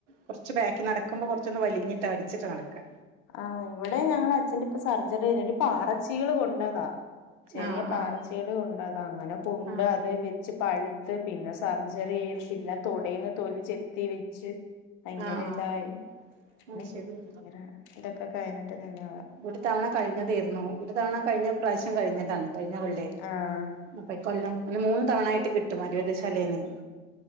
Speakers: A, on the right; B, on the left.
A: കൊറച്ച് ബാക്കി നടക്കുമ്പോ കൊറച്ചൊന്ന് വലിഞ്ഞിട്ടാ വലിച്ചിട്ടാ നടക്കാ
B: ആഹ് ഇവിടേം ഞങ്ങളെ അച്ഛന്റെ ഇപ്പം സർജറി കഴിഞ്ഞു ഒരു പാറച്ചീള് കൊണ്ടതാ ചെറിയ
A: ആഹ്
B: പാറച്ചീള്
A: ആഹ്
B: കൊണ്ടതാ അങ്ങനെ കൊണ്ട്
A: ആഹ്
B: അ ത് വെച്ച് പഴുത്ത് പിന്നെ സർജറി ചെ പിന്നെ തൊടേന്ന് തൊലി ചെത്തി വെച്ച് ഭയങ്കര
A: ആഹ്
B: ഇതായി <unintelligible>
A: ആഹ് ശരി
B: ഭയങ്കര ഇതൊക്കെ കഴിഞ്ഞിട്ട് നിന്നെതാ
A: ഒരു തവണ കഴിഞ്ഞതേര്ന്നു ഒരു തവണ കഴിഞ്ഞ പ്രാവശ്യം കഴിഞ്ഞതാണ് കഴിഞ്ഞ കൊല്ലേ
B: ആഹ്
A: അപ്പൊ ഈ കൊല്ലം അങ്ങനെ മൂന്ന് തവണ ആയിട്ട് കിട്ടും ആര്യവൈദ്യശാലേന്നെ